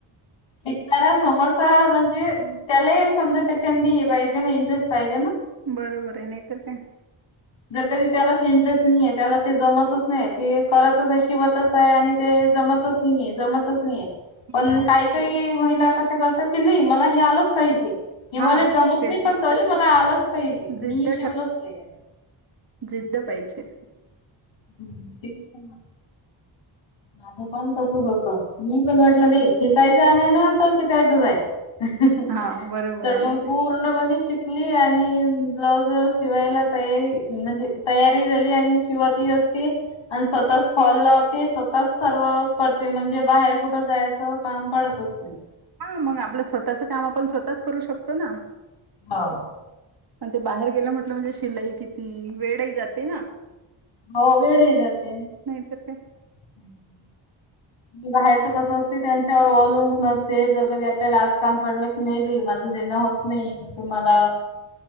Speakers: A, on the left; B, on the right.
A: एकणारा समोरचा म्हणजे त्याला समजा त्याच्याी हे पाहिजे ना इंटरेस्ट पाहिज
B: बरोबर आहे नाहीतर काय
A: र कधी त्यालाच इंटरेस्ट नाही आहे त्याला ते जमतच नाही ते करतच शिबतच आहे आणि ते ज होतंच नाही जमतच नाहीेए.
B: हम्म.
A: पण काही काही महिला कशा करतात की नाही मला हे आलंच पाहिजे. हे
B: हा
A: मला जमत
B: त्याशी
A: नाही पण तरी मला आलंच पाहिजे
B: जिद्द
A: मी शिवलंच पाहिजे
B: पाहिजे्.
A: हम्म ते <unintelligible> माझं पण तसच होतं मी पण वाटलं नाही शिकायचं आहे ना तर शिकायचंच आहे.
B: हां, बरोबर
A: तर
B: आहे
A: मग
B: नाही ते.
A: पूर्ण म्हणे ली आणि ब्लाऊज शिवायला तयारी म्हणजे तयारी झाली आणि शिवाती <unintelligible> आणि स्वतःच फॉल लावते. स्वतः सर्व करते म्हणजे बाहेर कुठं जायचं काम पडतचं नाही.
B: हा मग आपलं स्वतःच काम आपण स्वतःच करू शकतो ना
A: हा
B: पण ते बाहेर गेलं म्हटलं म्हणजे शिलाई किती वेळही जाते ना
A: हो वेळही जाते.
B: नाहीतर काय.
A: हम्म <inaudible> बाहेरच कसं असते त्यांच्यावर अवलंबून असते जर कधी आपल्याला आज काम पडलं की नाही माझं देणं होत नाही तुम्हाला अ